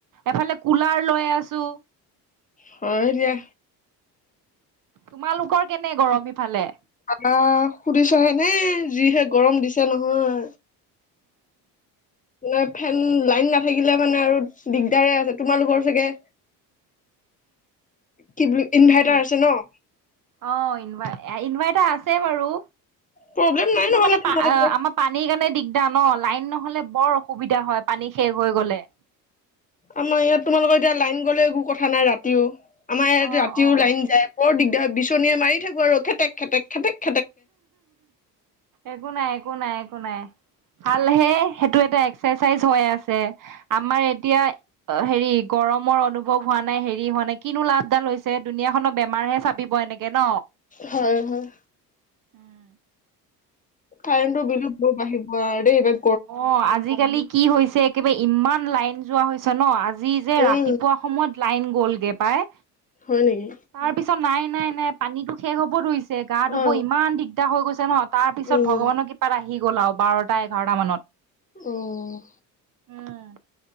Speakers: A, on the right; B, on the left.
A: এফালে কুলাৰ লৈ আছো।
B: হয় দিয়া।
A: তোমালোকৰ কেনে গৰম ইফালে?
B: আমাৰ সুধিছাহেনে যিহে গৰম দিছে নহয়। ন ফেন লাইন নাথাকিলে মানে আৰু দিগদাৰে আছে তোমালোকৰ চাগে কি বুলি ইনভাৰ্টাৰ
A: কি
B: আছে ন।
A: অ', ইনভাৰ ইনভাৰ্টাৰ আছে বাৰু
B: প্ৰব্লেম
A: কিন্তু
B: নাই নহ'লে
A: মানে
B: তোমালোকৰ
A: আমাৰ পানীৰ কাৰণে দিগদাৰ ন লাইন নহ'লে বৰ অসুবিধা হয় পানী শেষ হৈ গ'লে।
B: আমাৰ ইয়াত তোমালোকৰ এতিয়া লাইন গ'লে একো কথা নাই ৰাতিও আমাৰ ইয়াত
A: অ
B: ৰাতিও
A: অ
B: লাইন যায়। বৰ দিগদাৰ হয় বিচনীয়ে মাৰি থাকো আৰু খেতেক খেতেক খেতেক
A: একো নাই একো নাই একো নাই ভালহে সেইটো এটা এক এক্সাৰচাইজ হৈ আছে আমাৰ এতিয়া অ', হেৰি গৰমৰ অনুভৱ হোৱা নাই হেৰি হোৱা নাই কিনো লাভডাল হৈছে দুুনীয়াখনৰ বেমাৰহে চা বিব এনেকে ন।
B: হয়, হয়।
A: উম।
B: কাৰেণ্টৰ বিলো বৰ বাঢ়িব দেই এইবা
A: অ', আজিকালি কি হৈছে একেবাৰে ইমান লাইন যোৱা হৈছে ন। আজি যে
B: উম
A: ৰাতিপুৱা সময়ত লাইন গ'লগে পাই
B: হয় নেকি?
A: তাৰ পিছত নাই - নাই - নাই, পানীতো শেষ হ'ব ধৰিছে গা ধুব
B: অ
A: ইমান দিগদাৰ হৈ গৈছে নহয় তাৰ পিছত
B: উম
A: ভগৱানৰ কৃপাত আহি গ'ল আৰু বাৰটা এঘাৰটা মানত।
B: অ',
A: উম